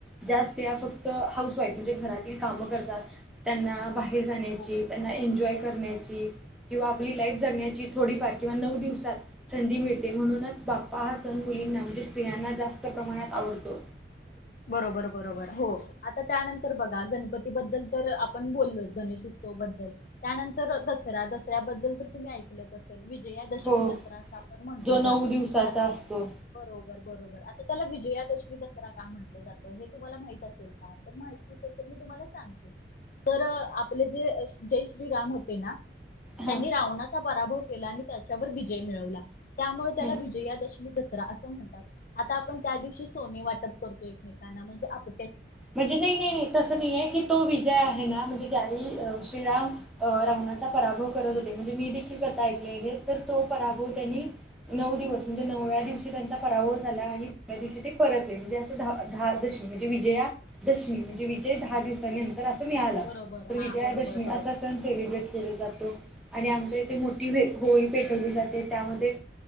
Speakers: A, in the centre; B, on the left.
A: ज्यात फक्त हाऊस वाईफ म्हणजे घरातील काम करतात त्यांना बाहेर जाण्याची
B: हो
A: त्यांना एन्जॉय
B: बरोबर
A: करण्याची किंवा आपली लाईफ जगण्याची थोडीफार किंवा नऊ दिवसात संधी मिळते म्हणूनच बाप्पा हा सण मुलींना म्हणजे स्त्रियांना जास्त प्रमाणात आवडतो.
B: बरोबर बरोबर हो आता त्यानंतर तर बघा गणपतीबद्दल तर आपण बोललो गणेशोत्सव बद्दल त्यानंतर दसरा दसऱ्याबद्दल तर तुम्ही ऐकल असेल. विजयादशमी
A: हो
B: दसरा अस आपण म्हटलो
A: जो नऊ
B: जातो
A: दिवसाचा
B: आ
A: असतो
B: बरोबर. बरोबर आता त्याला विजयादशमी दसरा का म्हण टल जात. हे तुम्हाला माहित असेल का? तर माहित नसेल तर मी तुम्हाला सांगते. तर आपले जे जय श्री राम होते ना.
A: हां
B: त्यांनी रावनाचा पराभव केला आणि त्याच्यावर विजय मिळवला. त्यामुळे त्याला
A: हां
B: विजयादशमी दसरा असं म्हणतात. आता आपण त्या दिवशी सोने वाटप करतोय. एकमेकांना म्हणजे आप
A: म्हणजे नाही नाही नाही तस नाहीय की, तो विजय आहे ना म्हणजे ज्या वेळी श्रीराम अ रावणाचा पराभव करत होते म्हणजे मी देखील कथा ऐकली आहे. तर तो पराभव त्यांनी नऊ दिवस म्हणजे नवव्या दिवशी त्यांचा पराभव झाला आणि नव्या दिवशी ते परतले, म्हणजे असं द दहा दशमी म्हणजे विजया दशमी म्हणजे विजय दहा दिवसा नंतर असं मिळाला.
B: बरोबर
A: तर विजयादशमी
B: हा बरोबर बरोबर
A: असा सण सेलिब्रेट केला जात तो आणि आमच्या इथे मोठी होळी पेटवली जाते. त्यामध्ये